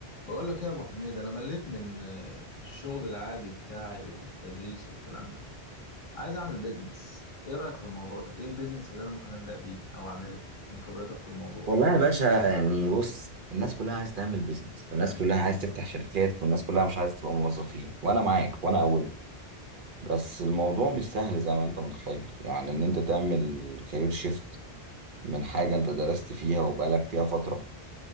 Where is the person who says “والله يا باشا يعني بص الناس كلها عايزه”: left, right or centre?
Right